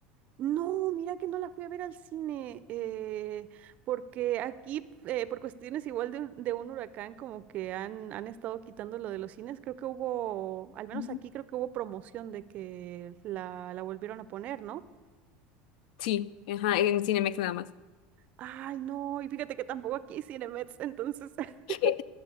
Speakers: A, on the right; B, on the left.
A: No, mira que no la fui a ver al cine, eh, porque aquí, eh, por cuestiones igual de, de un huracán, como que han, han estado quitando lo de los cines, creo que hubo, al menos
B: Ujú.
A: aquí creo que hubo promoción de que la, la volvieron a poner, ¿no?
B: Sí, ajá, en Cinemex nada más.
A: Ay, no, y fíjate que tampoco aquí hay Cinemex, entonces, <laughs>
B: ¿Qué?